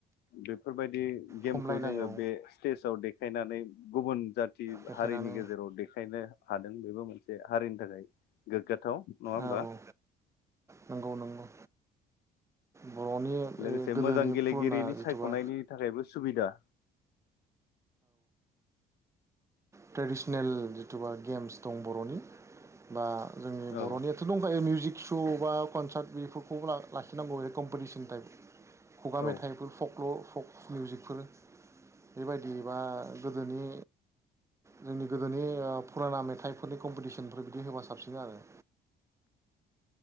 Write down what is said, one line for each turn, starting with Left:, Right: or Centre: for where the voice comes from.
Left: बेफोरबायदि गेमखौ
Right: खमलायनाय
Left: जोङो
Right: औ
Left: बे स्टेजाव खायनानै गुबुन जाथि
Right: बेखायनो
Left: हारिनि गेजेराव देखायनो हादों बेबो मोनसे हारिनि <unintelligible> नङा होमबा
Right: औ नंगौ नंगौ बर'नि ओ
Left: लोगोसे
Right: गोदोनि
Left: मोजां गेलेगिरिनि
Right: फुराना जिथुबा
Left: सायख'नायनि थाखायबो सुबिदा
Right: <unintelligible> नेल जिथुबा गेम्स दं बर'नि बा जोंनि
Left: औ
Right: बर'नियाथ' दंखायो मिउजिक श' बा कनसार्ट बेफोरखौबो लाखिनांगौ कमपाटी थाइ खुगा
Left: औ
Right: मेथाइफोर फक फक मिउजिकफोर बेबायदि बा गोदोनि जोंनि गोदोनि ओ फुराना मेथाइफोरनि कम्पटिसनफोर बिदि होबा साबसिन आरो